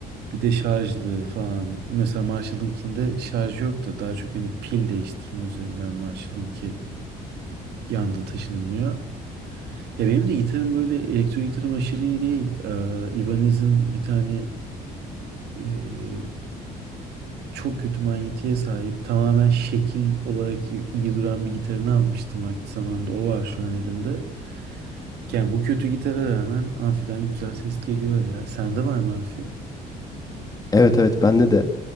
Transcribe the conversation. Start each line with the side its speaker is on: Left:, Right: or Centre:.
Right: Bir de şarjlı falan. Mesela Marshall'ınkinde şarj yoktu. Daha çok hani pil değiştirme üzerinden Marshall'ınki yanda taşınılıyor. Ya benim de gitarım böyle elektro gitarım aşırı iyi değil. Ee, Ibanez'in bir tane e, çok kötü manyetiğe sahip tamamen şekil olarak iyi, iyi duran bir gitarını almıştım vakti zamanında. O var şu an elimde. Yani bu kötü gitara rağmen amfiden güzel ses geliyor ya. Sende var mı amfi?
Left: Evet evet bende de.